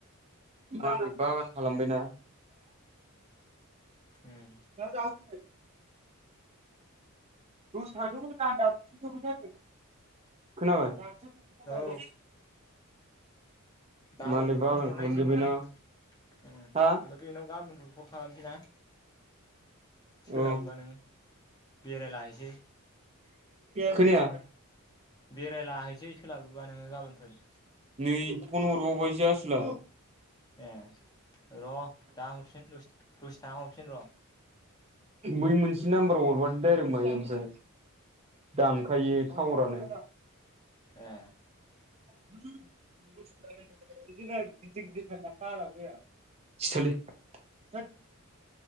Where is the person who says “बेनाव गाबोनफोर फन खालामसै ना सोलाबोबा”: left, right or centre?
Left